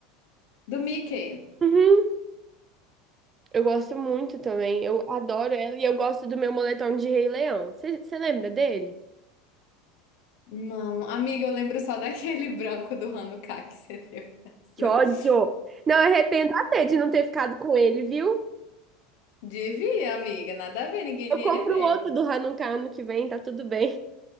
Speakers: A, on the left (about 60°); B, on the right (about 30°).
A: Do Mickey.
B: Uhum. Eu gosto muito também, eu adoro ela e eu gosto do meu moletom de Rei Leão. Você lembra dele?
A: Não, amiga, eu lembro só daquele <laughs> branco do Hanukkah que você deu.
B: Que ódio!
A: <laughs>
B: Não, arrependo até de não ter ficado com ele, viu?
A: Devia, amiga, nada a ver, ninguém
B: Eu
A: nem
B: compro
A: ia ver.
B: o outro do Hanukkah ano que vem, tá tudo bem.